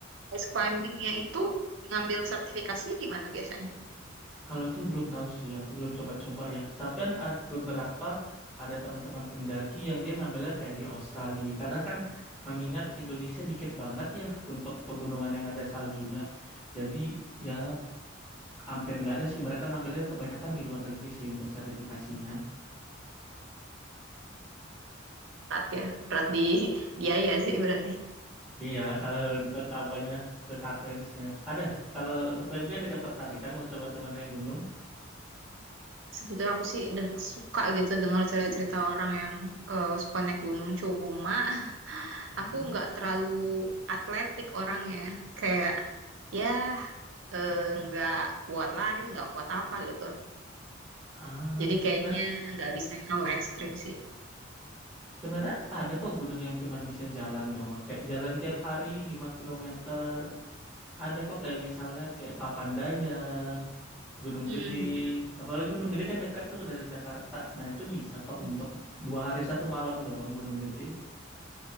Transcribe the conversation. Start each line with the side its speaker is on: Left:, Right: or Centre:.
Right: ice climbingnya itu ngambil sertifikasinya di mana biasanya?
Centre: Kalau itu belum tahu sih, aku belum coba-coba ya. Tapi kan ad- beberapa ada teman-teman pendaki yang dia ngambilnya kayak di Australia. Karena kan mengingat Indonesia dikit banget ya untuk pegunungan yang ada saljunya. Jadi ya hampir nggak ada sih mereka ngambilnya kebanyakan di luar negeri sih untuk sertifikasinya
Right: Berat ya, berat di <laughs> biaya sih berarti.
Centre: iya kalau untuk apanya ke kartensnya ada kalau untuk Febri ada ketertarikan mau coba-coba naik gunung
Right: Sebetulnya aku sih deng- suka gitu dengar cerita-cerita orang yang eh, suka naik gunung. Cuma <laughs>
Centre: Mhm.
Right: aku nggak terlalu atletik orangnya. Kayak ya eh, nggak kuat lari, nggak kuat apa gitu.
Centre: ah
Right: Jadi kayaknya
Centre: sebenarnya
Right: nggak bisa yang terlalu ekstrim sih.
Centre: sebenarnya ada kok gunung yang cuman bisa jalan doang kayak jalan tiap hari lima kilometer ada kok kayak misalnya kayak Papandayan Gunung
Right: Hmm,
Centre: Gede
Right: hmm,
Centre: apalagi Gunung Gede kan dekat tuh dari Jakarta nah itu bisa kok
Right: hmm.
Centre: untuk dua hari satu malam doang Gunung Gede